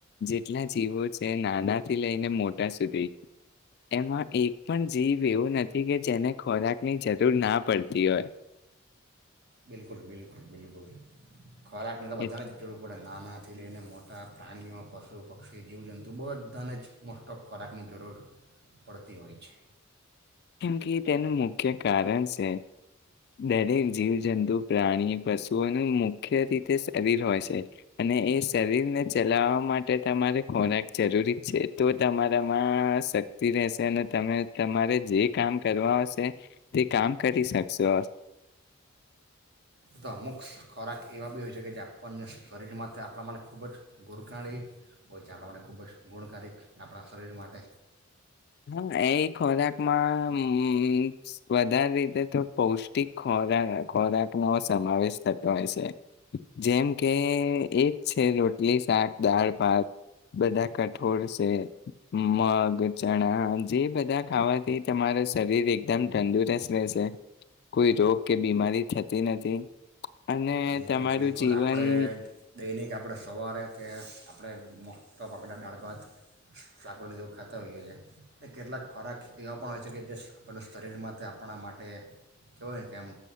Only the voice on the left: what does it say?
જેટલા જીવો છે નાના થી લઈને મોટા સુધી એમાં એક પણ જીભ એવું નથી કે જેને ખોરાકની જરૂર ના પડતી હોય
એટલે
કેમ કે તેનું મુખ્ય કારણ છે દરેક જીવજંતુ પ્રાણી પશુઓનું મુખ્ય રીતે શરીર હોય છે અને એ શરીરને ચલાવવા માટે તમારે ખોરાક જરૂરી છે તો તમારામાં શક્તિ રહેશે અને તમે તમારે જે કરવા હશે તે કામ કરી શકશો
હા એ ખોરાકમાં હ વધારે રીતે તો પૌષ્ટિક ખોરાક ખોરાકનોો સમાવેશ થતો હોય છે જેમ કે એક છે રોટલી શાક દાળ ભાત બધા કઠોળ છે મગ ચણા જે બધા ખાવાથી તમારો શરીર એકદમ તંદુરસ્ત રહેશે. કોઈ રોગ કે બીમારી થતી નથી. અને
તમારું
જીવન